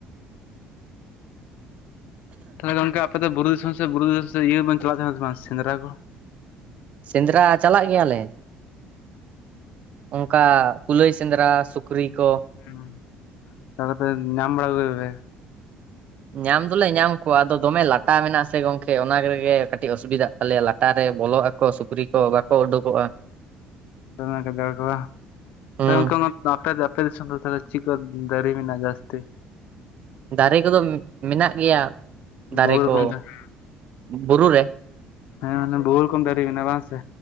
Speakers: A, on the left; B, on the right.
A: ᱛᱟᱦᱞᱮ ᱜᱟᱝᱠᱮ ᱟᱯᱮ ᱫᱚ ᱵᱩᱨᱩ ᱫᱤᱥᱚᱢ ᱥᱮ ᱵᱩᱨᱩ <unintelligible> ᱤᱭᱟᱹ ᱵᱮᱱ ᱪᱟᱞᱟᱜ ᱛᱟᱦᱮᱱᱟ ᱥᱮ ᱵᱟᱝ ᱥᱮᱸᱫᱽᱨᱟ ᱠᱚ?
B: ᱥᱮᱸᱫᱽᱨᱟ ᱪᱟᱞᱟᱜ ᱜᱮᱭᱟᱞᱮ। ᱚᱱᱠᱟ ᱠᱩᱞᱟᱹᱭ ᱥᱮᱸᱫᱽᱨᱟ ᱥᱩᱠᱨᱤ ᱠᱚ।
A: ᱦᱩᱸ, ᱛᱟᱦᱚᱞᱮ ᱯᱮ ᱧᱟᱢ ᱵᱟᱲᱟ ᱞᱮᱫᱟ ᱯᱮ?
B: ᱧᱟᱢ ᱫᱚᱞᱮ ᱧᱟᱢ ᱠᱚᱣᱟ ᱟᱫᱚ ᱫᱚᱢᱮ ᱞᱟᱴᱟ ᱢᱮᱱᱟᱜ-ᱟ ᱥᱮ ᱜᱚᱝᱠᱮ ᱚᱱᱟ ᱨᱮᱜᱮ ᱠᱟᱹᱴᱤᱡ ᱚᱥᱩᱵᱤᱫᱟᱜ ᱟᱞᱮᱭᱟᱜ ᱞᱟᱴᱟ ᱨᱮ ᱵᱚᱞᱚᱜ ᱟᱠᱚ ᱥᱩᱠᱨᱤ ᱠᱚ ᱵᱟᱠᱚ ᱩᱰᱩᱠᱚᱜ-ᱟ।
A: ᱫᱚᱢᱮ ᱜᱟᱡᱟᱲ ᱠᱚᱣᱟ,
B: ᱦᱩᱸ
A: ᱛᱟᱦᱞᱮ ᱜᱚᱝᱠᱮ ᱟᱯᱮ ᱫᱚ ᱟᱯᱮ ᱫᱤᱥᱚᱢ ᱫᱚ ᱛᱟᱦᱞᱮ ᱪᱤᱠ ᱠᱚ ᱫᱟᱨᱤ ᱢᱮᱱᱟᱜ ᱟ ᱡᱟᱥᱛᱤ?
B: ᱫᱟᱨᱮ ᱠᱚᱫᱚ ᱢᱮᱱᱟᱜ ᱜᱮᱭᱟ,
A: ᱵᱚᱦᱩ
B: ᱫᱟᱨᱮ
A: ᱨᱚᱠᱚᱢ
B: ᱠᱚ,
A: ᱦᱮᱸ
B: ᱵᱩᱨᱩ ᱨᱮ?
A: ᱦᱮᱸ, ᱢᱟᱱᱮ ᱵᱩᱦᱩ ᱨᱚᱠᱚᱢ ᱫᱟᱨᱤ ᱢᱮᱱᱟᱜ-ᱟ, ᱵᱟᱝ ᱥᱮ।